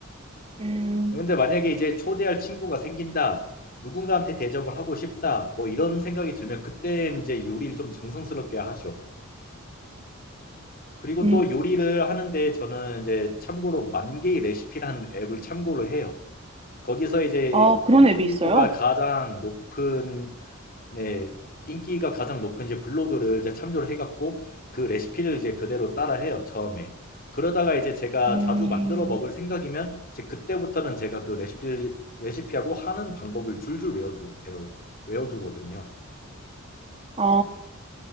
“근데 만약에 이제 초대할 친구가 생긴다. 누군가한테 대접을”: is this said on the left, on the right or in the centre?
Left